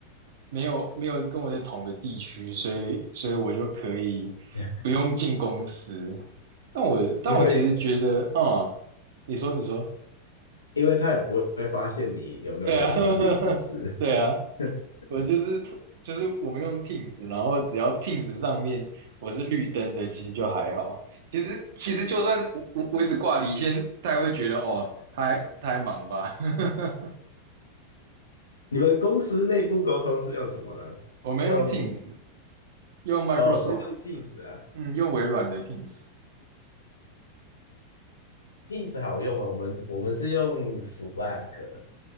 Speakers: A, on the right; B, on the left.
A: 没有没有跟我在同个地区，所以所以我就可以
B: <laughs>
A: 不用进公司。但我但我其实觉得，
B: 因为
A: 啊、你说你说，
B: 因为他也不会发现你有没有在公司里，
A: 对啊，<laughs>
B: 是不是？
A: 对啊。
B: <laughs>
A: 我就是就是我们用 Teams，然后只要 Teams 上面我是绿灯的，其实就还好。其实其实就算我我我一直挂离线，大家会觉得哦，他还他还忙吧。<laughs>
B: 你们公司内部沟通是用什么呢？
A: 我们用
B: 是用
A: Teams，用 Microsoft，
B: 哦，是用 Teams 啊
A: 嗯，用微软的 Teams。
B: ，Teams 好用啊，我们我们是用 Slack，